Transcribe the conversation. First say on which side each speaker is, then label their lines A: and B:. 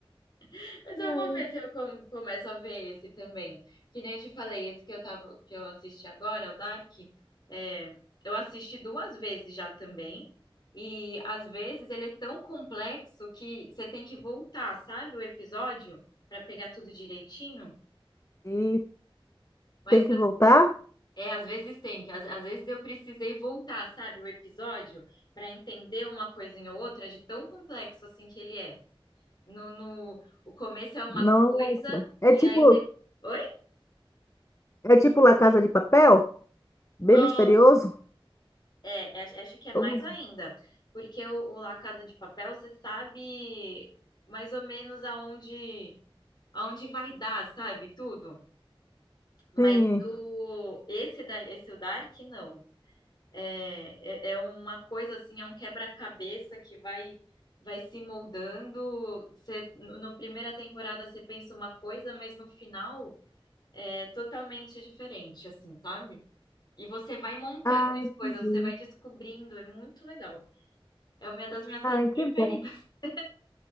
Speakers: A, on the left; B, on the left.
A: <laughs> Mas eu
B: Ai.
A: vou ver se eu com- começo a ver esse também. Que nem eu te falei, esse que eu tava, que eu assisti agora, o Dark, é, eu assisti duas vezes já também. E às vezes ele é tão complexo que você tem que voltar, sabe, o episódio para pegar tudo direitinho.
B: E
A: Mas
B: tem que voltar?
A: é, às vezes tem, que às, às vezes eu precisei voltar, sabe, o episódio para entender uma coisinha ou outra de tão complexo assim que ele é. No, no, o começo é uma
B: Nossa,
A: coisa
B: é
A: e
B: tipo,
A: aí depois. Oi?
B: é tipo La Casa de Papel? Bem
A: Ah,
B: misterioso?
A: É, é, acho que é mais
B: Como
A: ainda, porque o, o La Casa de Papel, você sabe mais ou menos aonde, aonde vai dar, sabe? Tudo. Mas
B: assim?
A: do esse da, esse o Dark, não. É, é, é uma coisa assim, é um quebra-cabeça que vai vai se moldando. Você, no na primeira temporada você pensa uma coisa, mas no final é totalmente diferente, assim, sabe? E você vai montando
B: Ai,
A: as
B: entendi.
A: coisas, você vai descobrindo, é muito legal. É uma das minhas séries
B: Ai, que
A: preferidas.
B: bom.
A: <laughs>